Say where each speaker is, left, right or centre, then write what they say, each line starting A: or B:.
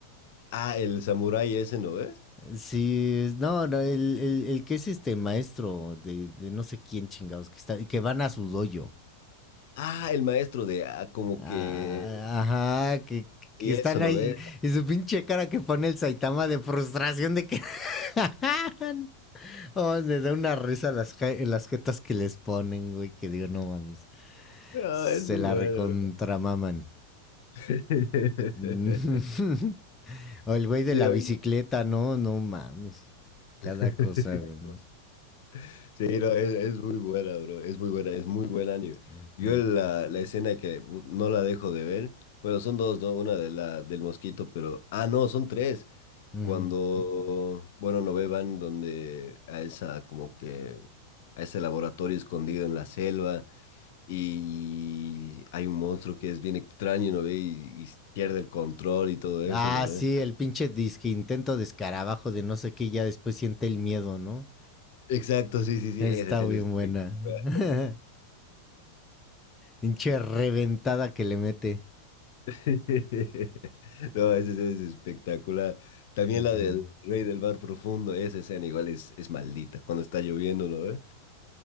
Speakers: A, on the left (about 50°); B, on the left (about 15°).
A: Ah, el samurái ese, ¿no ves?
B: Sí, es- no, no, el, el- el que es este maestro de, de no sé quién chingados, que, está, que van a su dojo.
A: Ah, el maestro de ah, como
B: Ah,
A: que.
B: ajá, que, que
A: Y
B: están
A: eso, ¿no
B: ahí.
A: ves?
B: Y su pinche cara que pone el Saitama de frustración de que. <laughs> oh, me da una risa las, ja- las jetas que les ponen, güey. Que digo, no mames.
A: Ah,
B: Se
A: es muy
B: la
A: bueno,
B: recontramaman.
A: bro. <laughs>
B: <laughs> o el güey de
A: Sí,
B: la
A: oye.
B: bicicleta, no, no mames. Cada
A: <laughs>
B: cosa, güey.
A: Sí, no, es, es muy buena, bro. Es muy buena, es muy buen anime.
B: Ujú,
A: Yo la, la escena que uh, no la dejo de ver. Bueno, son dos, ¿no? Una de la, del mosquito, pero. Ah, no, son tres.
B: ujú.
A: Cuando, bueno, no van donde a esa, como que, a ese laboratorio escondido en la selva y hay un monstruo que es bien extraño, ¿no ve? Y, y pierde el control y todo eso,
B: Ah,
A: ¿no ve?
B: sí, el pinche disque intento de escarabajo de no sé qué, ya después siente el miedo, ¿no?
A: Exacto, sí, sí, sí,
B: Está
A: esa escena
B: bien
A: es espectacular.
B: buena. <laughs> Hinche reventada que le mete.
A: <laughs> No, ese ese es espectacular. También
B: Uh-huh.
A: la del Rey del Mar Profundo, esa escena igual es, es maldita cuando está lloviendo, ¿no? ve?